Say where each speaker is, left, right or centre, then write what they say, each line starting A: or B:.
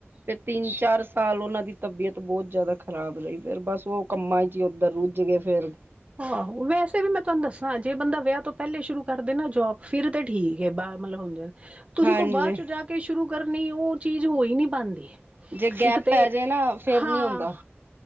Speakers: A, on the right; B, on the right.
A: ਫੇਰ ਤਿੰਨ ਚਾਰ, ਸ ਉਹਨਾਂ ਦੀ ਤਬੀਅਤ ਬਹੁਤ ਜ਼ਿਆਦਾ ਖ਼ਰਾਬ ਰਹੀ ਫਿਰ ਬਸ ਉਹ ਕੰਮਾਂ ਚ ਹੀ ਉੱਧਰ ਰੁੱਝ ਗਏ ਫੇਰ
B: ਆਹੋ ਵੈਸੇ ਵੀ ਮੈਂ ਤੁਹਾਨੂੰ ਦੱਸਾਂ ਜੇ ਬੰਦਾ ਵਿਆਹ ਤੋਂ ਪਹਿਲੇ ਸ਼ੁਰੂ ਕਰਦੇ ਨਾ ਜੋਬ ਫਿਰ ਤਾਂ ਠੀਕ ਬਾ ਮਤਲਬ ਹੁੰਦੇ ਤੁਸੀਂ
A: ਹਾਂਜੀ
B: ਕੋਈ ਬਾਅਦ ਚ ਜਾ ਕੇ ਸ਼ੁਰੂ ਕਰਨੀ ਉਹ ਚੀਜ਼ ਹੋਈ ਨਹੀਂ ਪਾਦੀ
A: ਜੇ ਗੈਪ
B: ਇੱਕ ਤੇ
A: ਪੈ ਜੇ ਨਾ ਫੇਰ
B: ਹਾਂ
A: ਨੀ ਹੁੰਦਾ